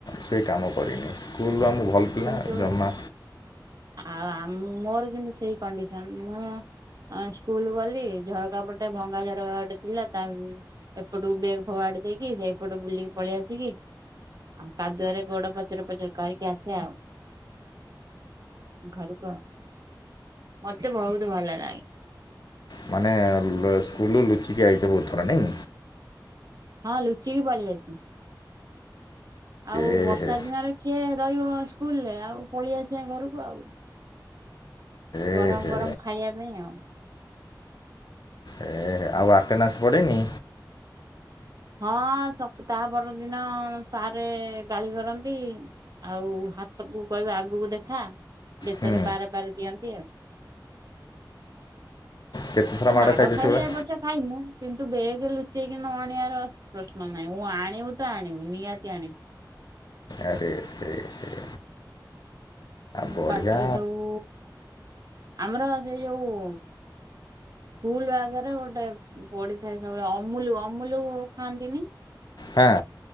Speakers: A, on the left; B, on the right.
A: ସେ କାମ କରିନି ସ୍କୁଲରୁ ଆମଁ ଭଲ ପିଲା
B: କିନ୍ତୁ
A: ଜମା
B: ଆଉ ମୋର କିନ୍ତୁ ସେଇ କଣ୍ଡିସନ ମୁଁ ଆଁ ସ୍କୁଲ ଗଲି ଝରକା ପଟେ ଭଙ୍ଗା ଝରକା ପଟେ ଥିଲା ତା। ଏପଟୁକୁ ବେଗ୍ ଫଗାଡି ଦେଇକି ସେ ଏପଟେ ବୁଲିକି ପଳେଇ ଆସିକି। ଆଉ କାଦୁଆରେ ଗୋଡ ପଚର ପଚର କରିକି ଆସ ସେ ଆଉ ଘରୁ କୁ। ମତେ ବହୁତୁ ଭଲ ଲାଗେ।
A: ମାନେ ସ୍କୁଲରୁ ଲୁଚିକି ଆଇଛ ବହୁଥର ନାଇ।
B: ହଁ ଲୁଚିକି ପଳେଇ ଆସି ଆଉ
A: ଏ
B: ବର୍ଷା
A: ହେ
B: ଦିନରେ। କିଏ ରହିବ ସ୍କୁଲ ରେ ଆଉ ପଳେଇ ଆସିବା ଘରକୁ ଆଉ।
A: ଏ
B: ଗରମ
A: ହେ
B: ଗରମ ଖାଇବା ପାଇଁ ଆଉ।
A: ଏ ଆଉ ଆଟେଣ୍ଡାନ୍ସ ପଡେନି।
B: ହଁ ତା ପରଦିନ ସାରେ ଗାଳି କରନ୍ତି। ଆଉ ହାତକୁ କହିବେ ଆଗକୁ ଦେଖା ବେତରେ
A: ହୁଁ
B: ପାହାରେ ପାହାରେ ଦିଅନ୍ତି ଆଉ।
A: କେତେଥର
B: ଆଉ ମାଡ
A: ମାଡ଼ ଖାଇଛ
B: ଖାଇଲେ
A: ସେଭଳିଆ
B: ପଛେ ଖାଇ ମୁୁ କିନ୍ତୁ ବେଗ ଲୁଚେଇକି ନ ଆଣିବାର ପ୍ରଶ୍ନ ନାହିଁ ମୁଁ ଆଣିବୁ ତ ଆଣିବୁ ନିହାତି ଆଣିବି।
A: ଆରେ ରେ ରେ ବଢ଼ିଆ
B: ବାଟରେ ସବୁ ଆମର ସେ ଯୋଉ। ସ୍କୁଲ ଆଗରେ ଗୋଟେ ପଡିଥାଏ ସବୁବେଳେ ଅମୁଲୁ ଅମୁଲୁ ଖାଆନ୍ତିନି।
A: ହଁ।